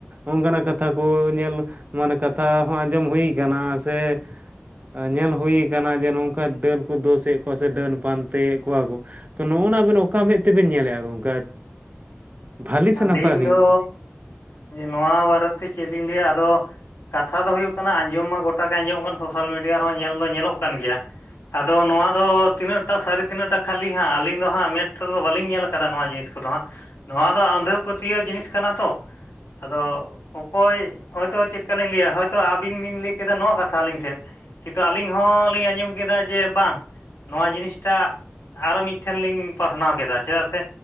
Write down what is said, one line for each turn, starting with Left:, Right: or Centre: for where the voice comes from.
Right: ᱚᱱᱠᱟᱱᱟᱜ ᱠᱟᱛᱷᱟ ᱠᱚ ᱧᱮᱞ ᱢᱟᱱᱮ ᱠᱟᱛᱷᱟ ᱦᱚᱸ ᱟᱸᱡᱚᱢ ᱦᱩᱭ ᱠᱟᱱᱟ ᱥᱮ ᱧᱮᱞ ᱦᱩᱭ ᱠᱟᱱᱟ ᱡᱮ ᱱᱚᱝᱠᱟ ᱰᱟᱹᱱ ᱠᱚ ᱫᱳᱥᱮᱫ ᱠᱚᱣᱟ ᱥᱮ ᱰᱟᱹᱱ ᱯᱟᱱᱛᱮᱭᱮᱫ ᱠᱚᱣᱟ ᱠᱚ ᱛᱚ ᱱᱚᱜᱼᱚ ᱱᱚᱣᱟ ᱟᱵᱮᱱ ᱚᱠᱟ ᱢᱮᱫ ᱛᱮᱵᱮᱱ ᱧᱮᱞᱮᱼᱟ ᱜᱚᱝᱠᱮ᱾ ᱵᱷᱟᱞᱤ ᱥᱮ
Left: ᱟᱹᱞᱤᱧ
Right: ᱱᱟᱯᱟᱭ ᱦᱩᱭᱩᱜ
Left: ᱫᱚ
Right: ᱠᱟᱱᱟ
Left: ᱱᱚᱣᱟ ᱵᱟᱨᱮᱛᱮ ᱪᱮᱫ ᱞᱤᱧ ᱞᱟᱹᱭᱟ ᱟᱫᱚ ᱠᱟᱛᱷᱟ ᱫᱚ ᱦᱩᱭᱩᱜ ᱠᱟᱱᱟ ᱟᱸᱡᱚᱢ ᱢᱟ ᱜᱚᱴᱟ ᱜᱮ ᱟᱸᱡᱚᱢᱚᱜ ᱠᱟᱱᱟ ᱥᱳᱥᱟᱞ ᱢᱤᱰᱤᱭᱟ ᱨᱮᱦᱚᱸ ᱧᱮᱞ ᱫᱚ ᱧᱮᱞᱚᱜ ᱠᱟᱱ ᱜᱮᱭᱟ ᱟᱫᱚ ᱱᱚᱣᱟ ᱫᱚ ᱛᱤᱱᱟᱹᱜᱼᱴᱟ ᱥᱟᱹᱨᱤ ᱛᱤᱱᱟᱹᱜᱼᱴᱟ ᱠᱷᱟᱹᱞᱤ ᱦᱟᱸᱜ ᱟᱹᱞᱤᱧ ᱫᱚ ᱦᱟᱸᱜ ᱢᱮᱫ ᱛᱮᱫᱚ ᱵᱟᱞᱤᱧ ᱧᱮᱞ ᱠᱟᱫᱟ ᱱᱚᱣᱟ ᱡᱤᱱᱤᱥ ᱠᱚᱫᱚ ᱦᱟᱸᱜ ᱱᱚᱣᱟ ᱫᱚ ᱟᱸᱫᱷᱟ ᱯᱟᱹᱛᱭᱟᱹᱣ ᱡᱤᱱᱤᱥ ᱠᱟᱱᱟ ᱛᱚ ᱟᱫᱚ ᱚᱠᱚᱭ ᱦᱚᱳᱭᱛᱚ ᱪᱮᱫ ᱠᱟᱞᱤᱧ ᱞᱟᱹᱭᱟ ᱦᱭᱛᱳ ᱟᱵᱤᱱ ᱵᱤᱱ ᱞᱟᱹᱭ ᱠᱮᱫᱟ ᱱᱚᱣᱟ ᱠᱟᱛᱷᱟ ᱟᱹᱞᱤᱧ ᱴᱷᱮᱱ ᱠᱤᱱᱛᱩ ᱟᱹᱞᱤᱧ ᱦᱚᱸᱞᱤᱧ ᱟᱸᱡᱚᱢ ᱠᱮᱫᱟ ᱡᱮ ᱵᱟᱝ ᱱᱚᱣᱟ ᱡᱤᱱᱤᱥᱴᱟᱜ ᱟᱨᱚ ᱢᱤᱫᱴᱷᱮᱱ ᱞᱤᱧ ᱯᱟᱥᱱᱟᱣ ᱠᱮᱫᱟ ᱪᱮᱫᱟᱜ ᱥᱮ